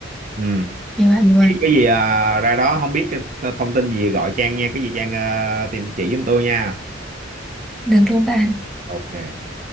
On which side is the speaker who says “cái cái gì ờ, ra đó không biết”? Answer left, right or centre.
Right